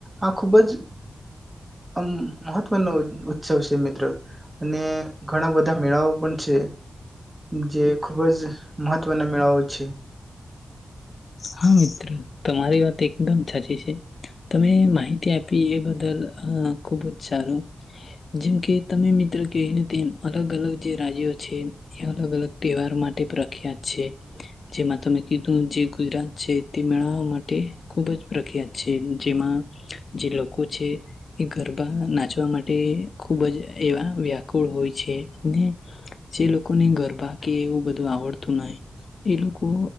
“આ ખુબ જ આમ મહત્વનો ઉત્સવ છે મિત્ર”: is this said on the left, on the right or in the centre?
Right